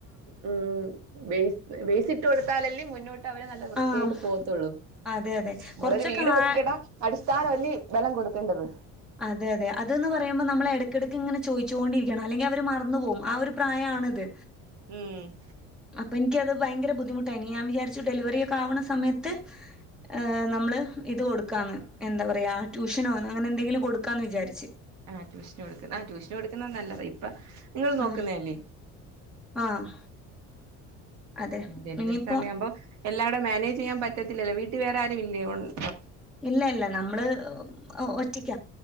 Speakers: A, on the right (about 65°); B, in the centre.
A: ഉം, വേ വേയ്സിട്ട് കൊടുത്താലല്ലെ മുന്നോ ട്ടവരെ നല്ല വൃത്തിയായിട്ട്
B: ആഹ്
A: പോവത്തൊള്ളൂ.
B: അതെ അതെ
A: നമ്മളൊരു
B: കൊറച്ചൊക്കെ
A: വീട് പൊക്കിക്കട്ടാ
B: ആ
A: അടിസ്ഥാനവല്ലേ വലം കൊടുക് ക്കേണ്ടത്.
B: അതെയതെ. അത് ന്ന് പറയുമ്പോ നമ്മള എടക്കിടക്ക് ഇങ്ങനെ ചോദിച്ചുകണ്ടരിക്കണം, അല്ലെങ്കി അവർ മറന്ന് പോകും. ആ ഒരു പ്രായ ആണിത്.
A: ഉം.
B: പ്പൻക്കത് ഭയങ്കര ബുദ്ധിമുട്ടായിനി. ഞാൻ വിചാരിച്ചു ഡെലിവറിയക്കെ ആവ്ണ സമയത്ത് ഏഹ് നമ്മൾ ഇത് കൊടുക്കാന്ന്. എന്താ പറയ? ട്യൂഷനോന്ന് അങ്ങനെ എന്തെങ്കിലും കൊടുക്കാന്ന് വിചാരിച്ച്.
A: ആഹ്, ട്യൂഷന് കൊടുകുന്നു, ആ ട്യൂഷൻ കൊടുക്കുന്ന നല്ലത്. ഇപ്പൊ.... നിങ്ങൾ നോക്കുന്നല്ലേ?
B: ആഹ് ആഹ് അതെ.
A: ഡെലിവറി
B: ഇനിയിപ്പോ
A: സമയം ആവുമ്പോ, എല്ലാം കൂടെ മാനേജ് ചെയ്യാൻ പറ്റ റ്റത്തില്ലല്ലോ, വീട്ടിൽ വേറെ ആരുും ഇല്ലേ? ഉൻഡ്
B: ഇല്ല ഇല്ല നമ്മള് ഒറ്റക്ക.